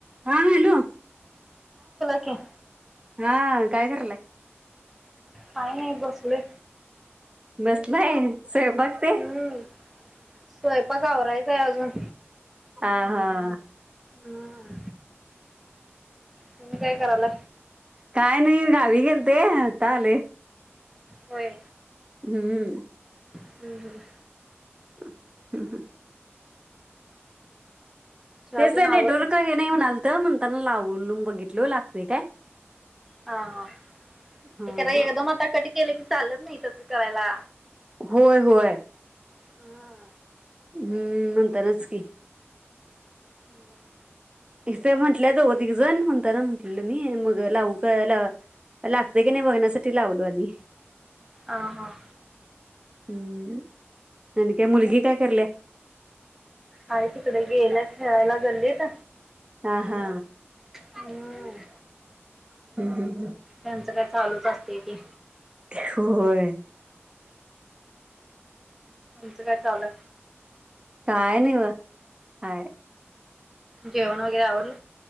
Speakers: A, on the right (about 25°); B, in the centre.
A: <inaudible> हा हॅलो.
B: काय.
A: हा काय करायलेे
B: काय नाही बसले.
A: बसलंय स्वयंपाक
B: हम्म
A: काय.
B: स्वयंपाक आवरायच आहे अजून
A: हा हा.
B: हम्म तुम्ही काय करायला.
A: काय नाही गावी गेलते आता आले
B: होय
A: हम्म.
B: हम्म हम्.
A: हम हम
B: चहा
A: तेच
B: तेन आवरलं
A: नेटवर्क हे नाही म्हणाल तर म्हणताना लावून बघितल लागते काय
B: हा हा
A: हा
B: ते कराय एकदम आता कट केलं की चालत नाही तस करायला
A: होय होय
B: हं.
A: हम्म, म्हणतानाच की
B: हम्म.
A: इथे म्हटल्या, दोघं तीघी जण म्हणताना म्हटलेलं, मी मग लावू काय ला लागतय की नाही, बघण्यासाठी लावलो, आणि
B: अ, हा.
A: हम्म आणि काय मुलगी काय कराल्या?
B: आहे तिकडे गेल्या खेळायला गल्लीत.
A: हा, हा.
B: हम्म
A: हम्म, हम्म, हम्म.
B: त्यांचं काय चालूच असते की.
A: होय. <inaudible>
B: तुमचं काय चाललंय?
A: काय नाही, बघा हाय.
B: जेवण वगैरे आवरलं?